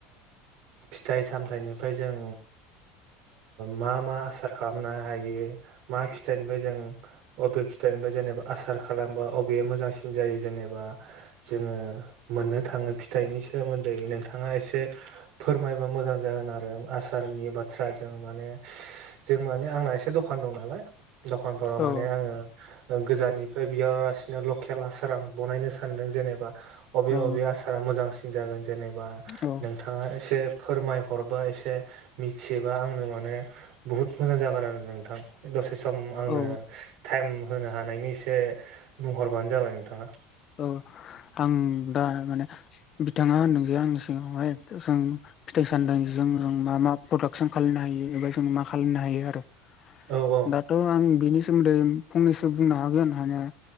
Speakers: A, on the right; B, on the left.
A: फिथाइ -सामथाइनि ओमफ्राय जों मा मा आसार खालामनो हायो मा फिथाइनिफ्राय जों अबे फिथाइनिफ्राय जेनेबा आसार खालामबा अबेया मोजांसिन जायो जेनेबा जोङो मोननो थाङो फिथाइनि सोमोन्दै नोंथाङा एसे फोरमायबा मोजां जागोन आरो। आरो आसारनि बाथ्रा जों माने जों माने आंना एसे दखान दं नालाय। दखानफोराव माने
B: औ
A: आङो गोजाननिफ्राय बिहरालासिनो लकेल हासार आं बानायनो सानदों जेनेबा। अबे
B: औ
A: अबे आसारा मोजांसिन जागोन जेनेबा
B: औ
A: नोंथाङा एसे फोरमायहर। बा एसे मिथियोबा आंनो माने बुहुत मोजां जागोन आरो नोंथां। दसे सम आंनो
B: औ
A: टाइम होनो हानायनि एसे बुंहरबानो जाबाय नोंथाङा।
B: औ आं दा माने बिथाङा होनदों जे आंनि सिगावहाय जों फिथाइ- सामथाय जों मा मा प्रदाक्सन खालामनो हायो एबा जों मा खालामनो हायो आरो
A: औ औ
B: दाथ' आं बिनि सोमोन्दै फंनैसो बुंनो हागोन हानाया